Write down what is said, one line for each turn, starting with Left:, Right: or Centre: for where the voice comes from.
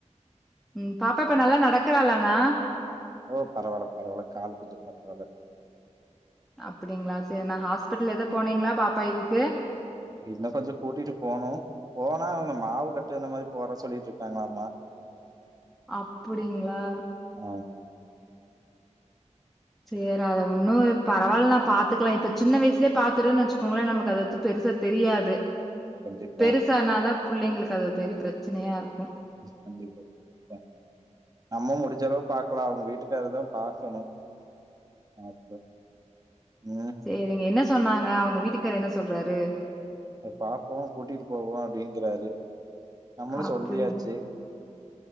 Centre: ம் பாப்ப இப்ப நல்லா நடக்கறலண்ணா
Right: ஓ பரவாயில்ல பரவாயில்ல கால் கொஞ்சம் பரவாயில்ல
Centre: அப்டிங்களா செரி நா ஹாஸ்பிட்டல் எதோ போனீங்களா பாப்பா இதுக்கு
Right: இன்னு கொஞ்சம் கூட்டிட்டு போணும் போனா அவுங்க மாவு கட்டு இந்த மாரி போட சொல்லிட்டு இருக்காங்களாமமாம்
Centre: அப்டிங்ளா
Right: ம்
Centre: செரி அத ஒன்னும் பரவாயில்லணா பாத்துக்கலாம் இப்ப சின்ன வயசுலயே பாத்துட்டுன்னு வச்சுக்கோங்களேன் நமக்கு அது வ பெருச தெரியாது
Right: கண்டிப்பா
Centre: பெருசானா தா புள்ளைங்களுக்கு அது பெரிய பிரச்சனையா இருக்கும்
Right: கண்டிப்பா அ நம்ம முடிஞ்ச அளவு பாக்கலாம் அவுங்க வீட்டுக்காரரு தா பாக்கணும் ஓகே ம்
Centre: செரிங்க என்ன சொன்னாங்க அவங்க வீட்டுக்காரரு என்ன சொல்றாரு
Right: பாப்போம் கூட்டிட்டு போவோம் அப்டிங்கறாரு நம்மளும்
Centre: அப்டி
Right: சொல்லியாச்சு